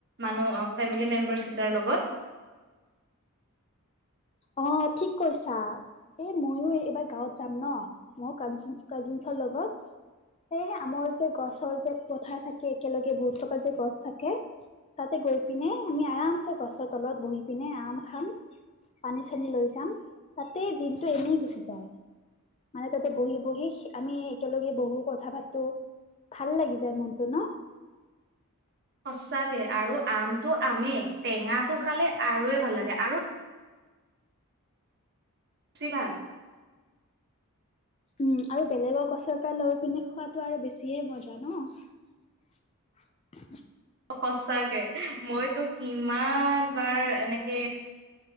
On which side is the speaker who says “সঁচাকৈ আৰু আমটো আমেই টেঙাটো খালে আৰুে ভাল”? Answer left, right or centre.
Right